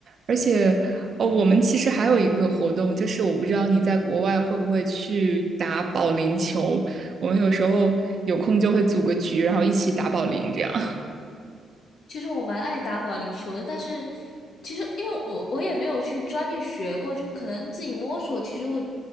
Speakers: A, on the right; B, on the left.
A: 而且哦，我们其实还有一个活动，就是我不知道你在国外会不会去打保龄球，我们有时候有空就会组个局，然后一起打保龄这样。
B: 其实我蛮爱打保龄球的，但是其实因为我我也没有去专业学过，就可能自己摸索。其实我